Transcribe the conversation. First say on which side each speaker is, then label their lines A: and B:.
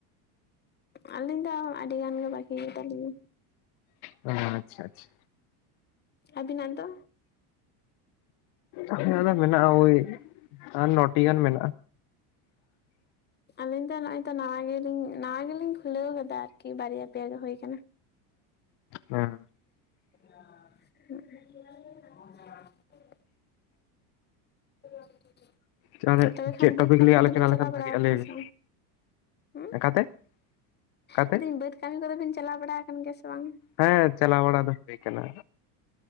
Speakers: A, on the left; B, on the left.
A: ᱟᱹᱞᱤᱧ ᱫᱚ ᱟᱹᱰᱤ ᱜᱟᱱ ᱜᱮ ᱵᱟᱹᱜᱤ ᱜᱮᱛᱟᱞᱤᱧᱟ᱾
B: ᱟᱼᱟᱪᱪᱷᱟ ᱟᱪᱪᱷᱟ
A: ᱟᱵᱤᱱᱟᱜ ᱫᱚ?
B: ᱟᱹᱞᱤᱧᱟᱜ ᱫᱚ ᱢᱮᱱᱟᱜᱼᱟ ᱳᱭ ᱟᱨ ᱱᱚᱴᱤ ᱜᱟᱱ ᱢᱮᱱᱟᱜᱼᱟ᱾
A: ᱟᱞᱤᱧ ᱫᱚ ᱱᱚᱜᱚᱭ ᱛᱚ ᱱᱟᱣᱟ ᱜᱮᱞᱤᱧ ᱱᱟᱣᱟ ᱜᱮᱞᱤᱧ ᱠᱷᱩᱞᱟᱹᱣ ᱠᱟᱫᱟ ᱟᱨᱠᱤ ᱵᱟᱨᱭᱟ ᱯᱮᱭᱟ ᱜᱮ ᱦᱩᱭ ᱠᱟᱱᱟ᱾
B: ᱦᱮᱸ
A: <unintelligible> <unintelligible>
B: ᱛᱟᱦᱚᱞᱮ
A: ᱛᱚᱵᱮ ᱠᱷᱟᱱ
B: ᱪᱮᱫ ᱴᱚᱯᱤᱠ
A: ᱵᱟᱹᱫᱽ ᱠᱟᱹᱢᱤ
B: ᱞᱤᱭᱮ
A: ᱠᱚᱫᱚ
B: ᱟᱞᱳᱪᱚᱱᱟ
A: ᱵᱤᱱ ᱪᱟᱞᱟᱣ
B: ᱞᱮᱠᱷᱟᱱ
A: ᱵᱟᱲᱟ
B: ᱵᱷᱟᱜᱤᱜᱼᱟ
A: ᱠᱟᱱᱟ
B: ᱞᱟᱹᱭ ᱵᱤᱱ
A: ᱥᱮ ᱵᱟᱝ? ᱦᱩᱸᱢ᱾
B: ᱚᱠᱟᱛᱮ ᱚᱠᱟᱛᱮ
A: ᱞᱟᱹᱭ ᱫᱤᱧ ᱵᱟᱹᱫᱽ ᱠᱟᱹᱢᱤ ᱠᱚᱫᱚ ᱵᱤᱱ ᱪᱟᱞᱟᱣ ᱵᱟᱲᱟ ᱠᱟᱱ ᱜᱮᱭᱟ ᱥᱮ ᱵᱟᱝ?
B: ᱦᱮᱸ ᱪᱟᱞᱟᱣ ᱵᱟᱲᱟ ᱫᱚ ᱦᱩᱭ ᱠᱟᱱᱟ᱾